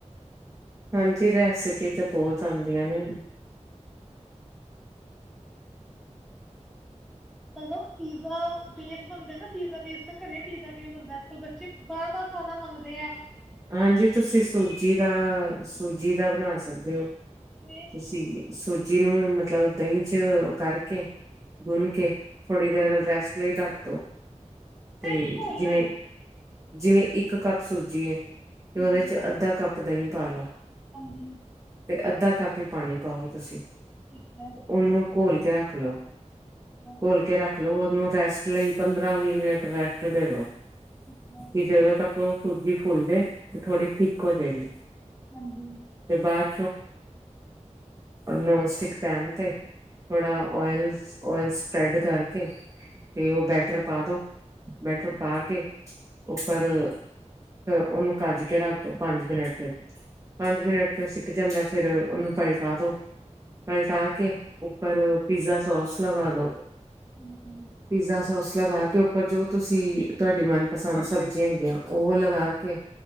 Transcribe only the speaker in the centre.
ਮਲ ਪੀਜ਼ਾ ਵੇਸ ਬਣਦੇ ਨਾ ਪੀਜ਼ਾ ਵੇਸ ਘਰੇ ਪੀਜ਼ਾ ਕਿਵੇਂ ਬਣਦਾ ਅੱਜ ਕੱਲ ਬੱਚੇ ਬਾਰ ਬਾਰ ਖਾਣਾ ਮੰਗਦੇ ਆ
ਕਿਵੇਂ
ਇਹ ਕੀ ਘੋਲਣਾ
ਹੈ
ਹਾਂਜੀ
ਹਾਂਜੀ
ਠੀਕ ਹੈ
ਬਸ
ਠੀਕ ਹੈ
ਹੈਲੋ,
ਹਾਂਜੀ
ਹਾਂਜੀ
ਹਾਂਜੀ ਹਾਂਜੀ ਕਿੰਨਾ